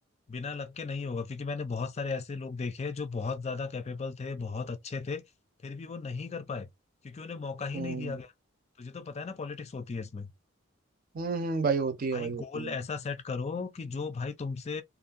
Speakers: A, on the left; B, on the right.
A: बिना लक के नहीं होगा क्योंकि मैंने बहुत सारे ऐसे लोग देखे हैं जो बहुत ज्यादा कैपेबल थे बहुत अच्छे थे फिर भी वो नहीं कर पाए क्योंकि उन्हें मौका ही
B: हम्म
A: नहीं दिया गया तुझे तो पता है ना पॉलिटिक्स होती है इसमें
B: हम्म हम्म, भाई होती
A: भाई
B: है भाई होती
A: गोल
B: है
A: ऐसा सेट करो कि जो भाई तुमसे